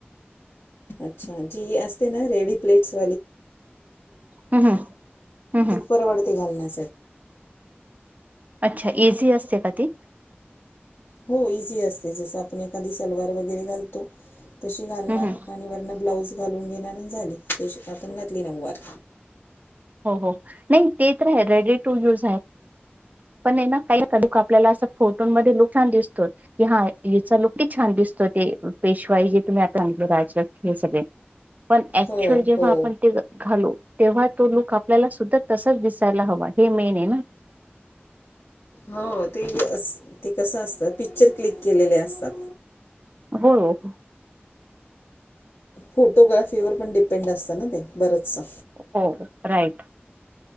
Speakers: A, on the left; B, on the right.
A: अच्छा जी अस ना रेडी प्लेटस
B: हम्म हम्म हम्म
A: त परवडते घालण्या
B: अच्छा एझी असते का ती
A: हो इझी असते जस आपण एखादी सलवार वगैरे घालतो तशी घालणार
B: हम्म हम्म.
A: आणि वरण ब्लाउज घालून घेणार झाली ते आपण घातली नऊवार
B: हो हो नाही ते तर आहे रेडी टू यूज आहे पण ना काही लक आपल्याला अस फोटोमध्ये लुक छान दिसतो की हा याचा लुक छान दिसतो ते पेशवाई जे तुम्ही आ आणले राज हे सगळे पण ऍक्च्युअल
A: हो
B: जेव्हा
A: हो
B: आपण ते घालो तेव्हा तो लक आपल्याला सुद्धा तसंच दिसायला हवा हे मेन आहे ना?
A: हो तेही अस ते कसं असतं पिक्चर क्लिक केलेले असतात.
B: हो हो.
A: फोटोग्राफीवर पण डिपेंड असतं ना ते बरचसं.
B: हो राईट.